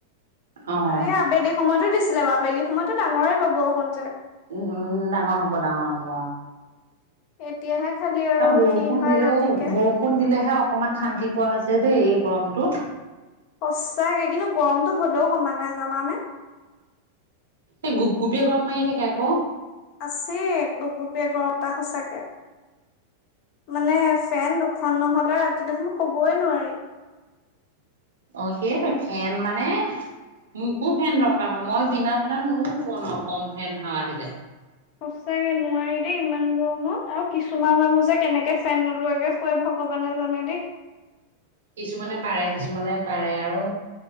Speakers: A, on the right (about 65°); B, on the left (about 45°).
A: উম
B: এই আবেলিক সময়তো দিছে ছিলে বা আবেলি সময়তো ডাঙৰে পাবুন যাক
A: উম ডাঙৰ হব ডাঙৰ হ'ব
B: এতিয়াহে খালি
A: আৰু বৰষুণ
B: কি হয়
A: দিলেও
B: ৰাতিকে
A: বৰষুণ দিলে ে অকমান শান্তি পোৱা হৈছে দেই এই গৰমটোত
B: সচাকে কিন্তু গৰমটোো হ'লেও কমাই নাই জানানে
A: এই গোপ গোপিয় গৰম মাৰি থাকে আকৌ
B: আছে গপগপে ঘৰটা সচাকে মানে ফেন দুখন নহ'লে ৰাতি দেখোন শবই নোৱাৰি
A: অ সেইটোে ফেন মানে মোকো এফেন দৰকাৰ হয় মই বিনা ফেনত ময়ো শুব নোৱাৰো কম ফেন হাৱা দিলে
B: সঁচাকে নোৱাৰি দেই ইমান গৰমত আৰু কিছুমানান যে কেনেকে ফেন নোলোৱাকে খুৱাই ভগৱানে জানে দেই
A: কিছুমানে পাৰে কিছুমানে পাৰে আৰু